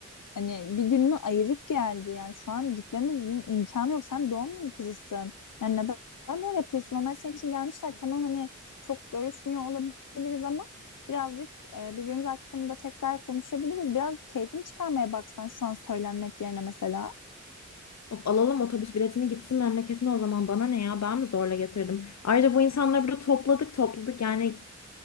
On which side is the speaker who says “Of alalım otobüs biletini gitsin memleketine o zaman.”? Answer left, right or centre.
Left